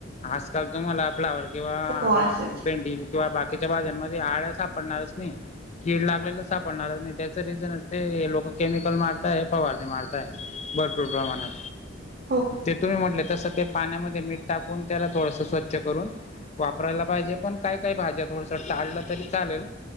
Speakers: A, on the left; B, on the right.
A: आजकाल तुम्हाला फ्लावर किंवा
B: हो असायच
A: भेंडी किंवा बाकीच्या भाज्यांमध्ये आळ्या सापडणारच नाही. कीड लागलेलं सापडणारच नाही त्याच रिझनच ते हे लोकं केमिकल मारताय फवारणी मारताय. भरपूर प्रमाणात
B: <unintelligible>
A: ते तुम्ही म्हंटले तसं ते पाण्यामध्ये मीठ टाकून त्याला थोडस स्वच्छ करून वापरायला पाहिजे पण काय, काय भाज्या थोडसं टाळल्या तरी चालेल.